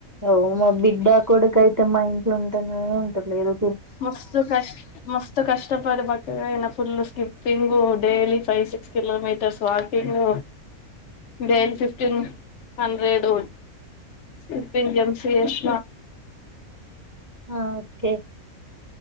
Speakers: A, on the right; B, on the left.
A: అఓ మా బిడ్డ కొడకైతేమ్ మా ఇంట్లో ఉంటానే ఉంటట్లేదు
B: మస్తు కష్ట మస్తు కష్టపడ బన full skipping daily five six kilometres walking day కీ ఫిఫ్టీన్ హండ్రెడ్ ఫిఫ్టీన్ గెమ్స్ ఎస్
A: ఆ ఓకే